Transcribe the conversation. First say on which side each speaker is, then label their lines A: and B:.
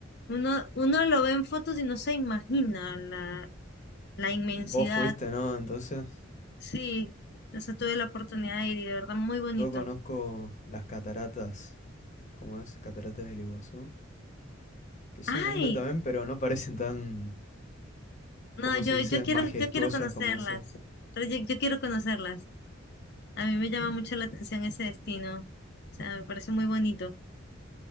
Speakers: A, on the left; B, on the left.
A: uno, uno lo ve en fotos y no se imagina la, la inmensidad
B: Vos fuiste, ¿no? Entonces,
A: Sí, eso tuve la oportunidad de ir y de verdad muy bonito.
B: yo conozco las cataratas, ¿cómo es? Cataratas del Iguazú, que son
A: Ay,
B: lindas también, pero no parecen tan,
A: no,
B: ¿cómo
A: yo,
B: se dice?
A: yo quiero,
B: Majestuosas
A: yo quiero conocerlas,
B: como esas.
A: pero yo, yo quiero conocerlas. A mí me llama mucho la atención ese destino, o sea, me parece muy bonito.